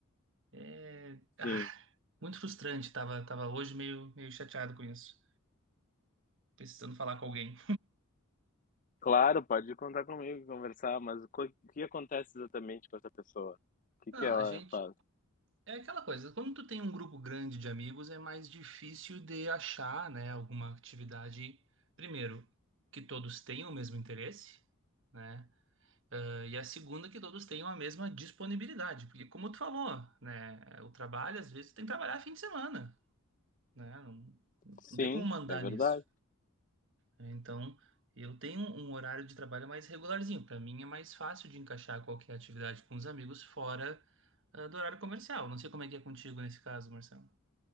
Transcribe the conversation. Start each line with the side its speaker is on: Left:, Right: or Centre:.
Right: É ah,
Left: sim.
Right: muito frustrante, tava, tava hoje meio, meio chateado com isso, precisando falar com alguém.
Left: Claro, pode contar comigo, conversar, mas o co- o que acontece exatamente com essa pessoa? O que
Right: Não,
Left: que ela
Right: a gente.
Left: faz?
Right: É aquela coisa, quando tu tem um grupo grande de amigos, é mais difícil de achar, né, alguma atividade, primeiro, que todos tenham o mesmo interesse, né? Ah, e a segunda, que todos tenham a mesma disponibilidade, porque como tu falou, né, o trabalho, às vezes, tu tem que trabalhar fim de semana, né? Não,
Left: Sim,
Right: não tem como mandar
Left: é verdade.
Right: nisso. Então, eu tenho um horário de trabalho mais regularzinho, para mim é mais fácil de encaixar qualquer atividade com os amigos fora, ah, do horário comercial. Não sei como é que é contigo nesse caso, Marcelo.